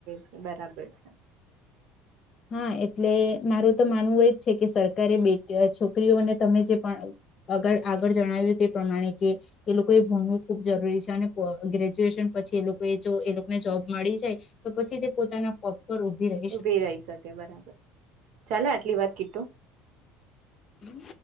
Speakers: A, on the right; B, on the left.
A: છે બરાબર છે
B: હા એટલે મારું તો માનવું એ છે કે સરકારે બે છોકરીઓને તમે જે પણ આગળ આગળ જણાવ્યું તે પ્રમાણે કે એ લોકોએ ભૂણવું ખૂબ જરૂરી છે અને ગ્રેજ્યુએશન પછી એ લોકો જો એ લોકોને જોબ મળી જાય તો પછી તે પોતાના પ રોભી રહે
A: ઉભી રહી શકે બરાબર ચાલે આટલી વાત કીટું
B: હમ